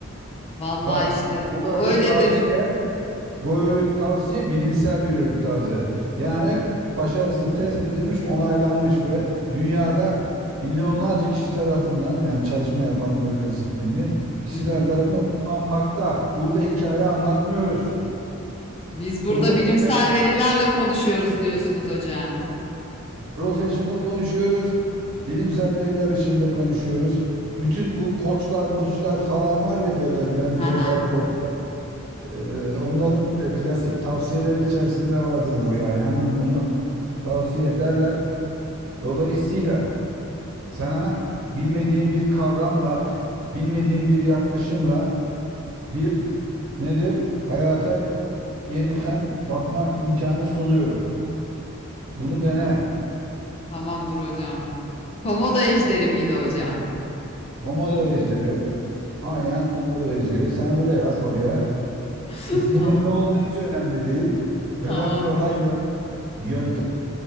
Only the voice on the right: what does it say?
Bak
bu
öğüt
tavsiye Bu öğüt tavsiye bilimsel bir öğüt taze. Yani başarısı test edilmiş, onaylanmış ve dünyada milyonlarca kişi tarafından yani çalışma yapan böyle disiplinli kişiler
tarafından uygulanmakta. Burada hikaye anlatmıyoruz.
Burada
profession,
professional konuşuyoruz. Bilimsel veriler ışığında konuşuyoruz. Bütün bu koçlar, moçlar falan var ya böyle mentörler,
koçlar. e, onların e, klasik tavsiyeleri içerisinde vardır bu yani. Hemen bunu tavsiye ederler. Dolayısıyla sana bilmediğin bir kavramla, bilmediğin bir yaklaşımla bir nedir? Hayata yeniden bakma imkanı sunuyorum. Bunu dene.
Komodo ejderi. Aynen komodo ejderi. Sen öyle yaz oraya.
İsminin
ne olduğu hiç önemli değil.
Önemli olan yö- yöntem.